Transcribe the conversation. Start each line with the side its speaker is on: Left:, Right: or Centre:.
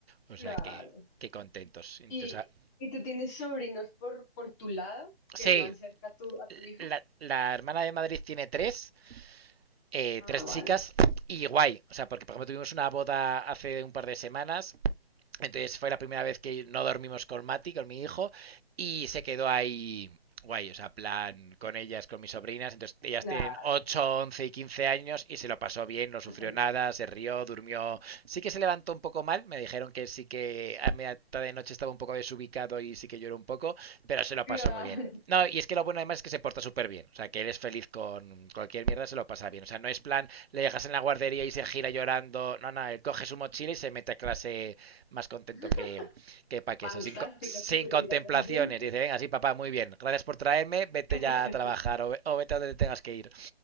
Right: O sea
Left: Claro.
Right: que, qué contentos. Entonces,
Left: ¿Y,
Right: ah,
Left: y tú tienes sobrinos por, por tu lado que
Right: sí,
Left: vivan cerca a tu, a tu hijo?
Right: la, la hermana de Madrid tiene tres eh,
Left: Ah,
Right: tres
Left: vale.
Right: chicas y guay. O sea, porque por ejemplo tuvimos una boda hace un par de semanas entonces fue la primera vez que no dormimos con Mati, con mi hijo, y se quedó ahí guay, o sea, plan con ellas, con mis sobrinas. Entonces, ellas
Left: Claro.
Right: tienen 8, 11 y 15 años y se lo pasó bien, no sufrió
Left: Ah, son grandes.
Right: nada, se rió, durmió. Sí que se levantó un poco mal, me dijeron que sí que a media tarde de noche estaba un poco desubicado y sí que lloró un poco, pero se lo
Left: Claro.
Right: pasó muy bien. No, y es que lo bueno además es que se porta súper bien. O sea, que él es feliz con cualquier mierda, se lo pasa bien. O sea, no es plan, le dejas en la guardería y se gira llorando. No, no, él coge su mochila y se mete a clase más contento
Left: <laughs>
Right: que, que Paqueso,
Left: Fantástica,
Right: sin, sin
Left: súper
Right: contemplaciones.
Left: independiente.
Right: Dice, venga, sí, papá, muy bien, gracias por traerme, vete
Left: <laughs>
Right: ya a trabajar o, o vete a donde tengas que ir.